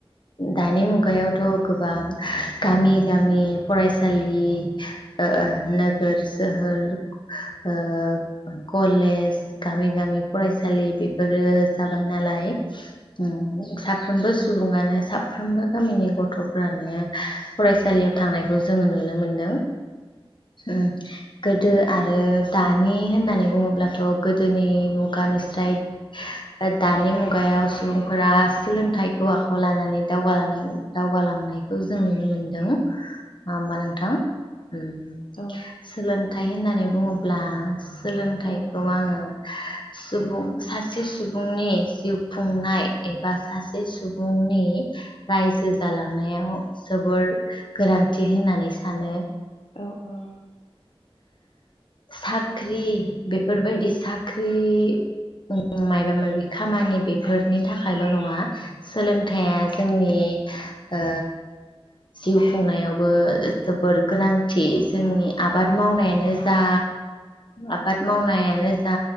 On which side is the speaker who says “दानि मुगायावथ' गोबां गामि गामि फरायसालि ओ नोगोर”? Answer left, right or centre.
Left